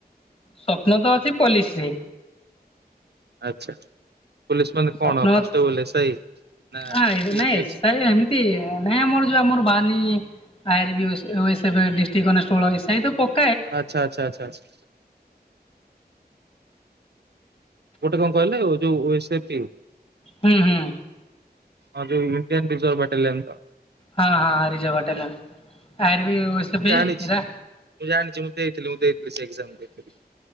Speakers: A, on the left; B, on the right.
A: ସ୍ଵପ୍ନ ତ ଅଛି ପୋଲିସ ରେ।
B: ଆଛା ପୋଲିସ ମାନେ
A: ସ୍ୱପ୍ନ
B: କଣ? କନଷ୍ଟେବଲ
A: ଅଛି
B: ଏସ୍ ଆଇ ନା
A: ହଁ
B: ୟୁ
A: ନାଇଁ
B: P
A: S
B: S C କଣ?
A: I ହେମତି ନାଇଁ ଆମର ଯୋଉ ଆମର ବାହରିନୀ I R B ଓସ୍ OS district constable S I ତ ପକ
B: ଆଛା ଆଚ୍ଛା ଆଛା ଆଛା। ଗୋଟେ କଣ କହିଲେ ଯୋଉ ଓ ଏସ ପି।
A: ହୁଁ ହୁଁ।
B: ଆଉ ଇଡିଆନ୍ ରିସର୍ଭ ବାଟେଲିଆନ୍ ତ?
A: ହଁ ହଁ ରିଝର୍ବ ବାଟାଲିୟନ। ବି ଓଏସଏଫ
B: ମୁ ଜାଣିଛି
A: ଏରା
B: ମୁଁ ଜାଣିଛି ମୁଁ ଦେଇଥିଲି ମୁଁ ଦେଇଥିଲି ସେ ଏଗଜାମ୍ ଦେଇଥିଲି।